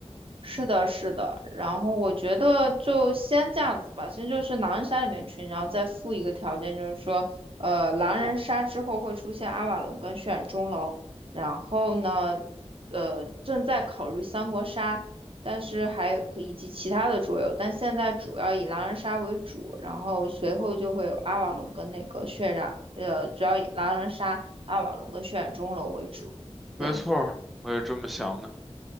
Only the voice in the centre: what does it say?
我
没错儿，我也这么想的。